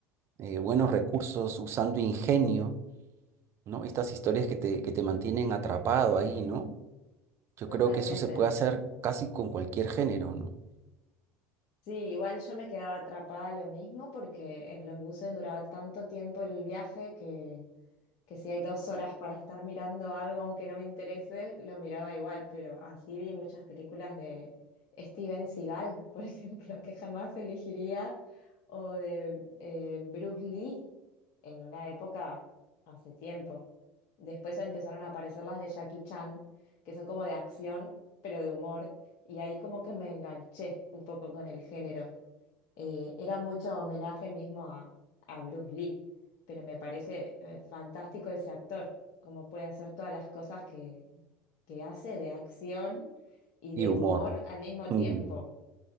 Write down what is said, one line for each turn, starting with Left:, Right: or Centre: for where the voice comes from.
Right: eh, buenos recursos, usando ingenio, ¿no? Estas historias que te, que te mantienen atrapado ahí, ¿no? Yo
Left: totalmente.
Right: creo que eso se puede hacer casi con cualquier género, ¿no?
Left: Sí, igual yo me quedaba atrapada lo mismo porque en los buses duraba tanto tiempo el viaje que... que si hay dos horas para estar mirando algo aunque no me interese, lo miraba igual, pero así vi muchas películas de Steven Seagal, por <laughs> ejemplo, que jamás elegiría, o de eh, Bruce Lee en una época hace tiempo. Después empezaron a aparecer las de Jackie Chan, que son como de acción, pero de humor, y ahí como que me enganché un poco con el género eh, era mucho homenaje mismo a, a Bruce Lee, pero me parece eh, fantástico ese actor, cómo puede hacer todas las cosas que, que hace de acción y
Right: Y
Left: de
Right: humor.
Left: humor al mismo
Right: Ujú,
Left: tiempo.